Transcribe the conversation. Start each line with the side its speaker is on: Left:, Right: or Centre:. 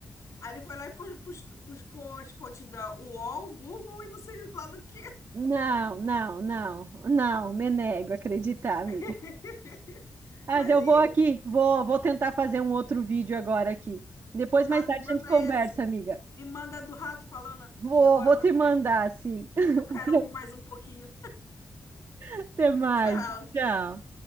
Left: Aí ele foi lá e pus- pus- buscou as fontes da UOL, Google e não sei lá do que.
Right: Não, não, não, não, me nego a acreditar, amiga.
Left: <laughs>
Right: Mas
Left: Mas
Right: eu
Left: e aí,
Right: vou aqui, vou, vou tentar fazer um outro vídeo agora aqui. Depois,
Left: tá,
Right: mais
Left: me
Right: tarde,
Left: manda
Right: a gente conversa,
Left: esse.
Right: amiga.
Left: Me manda do rato falando
Right: Vou,
Left: aqui agora
Right: vou
Left: pra
Right: te
Left: me
Right: mandar,
Left: ver.
Right: sim. <laughs>
Left: Eu quero rir mais um pouquinho.
Right: Até mais.
Left: <laughs> Tchau.
Right: Tchau.